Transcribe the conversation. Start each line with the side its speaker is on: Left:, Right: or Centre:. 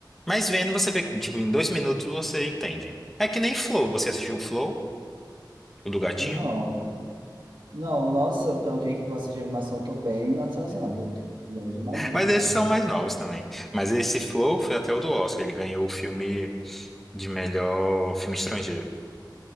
Centre: Mas vendo, você vê, tipo, em dois minutos você entende. É que nem Flow, você assistiu o Flow, o do gatinho,
Right: Não, não, nossa, pra alguém que gosta de animação, eu tô bem atrasado. Eu tô precisando de uma lista.
Centre: mas esses
Right: ó.
Centre: são mais novos também. Mas esse Flow foi até o do Oscar, ele ganhou o filme de melhor filme estrangeiro.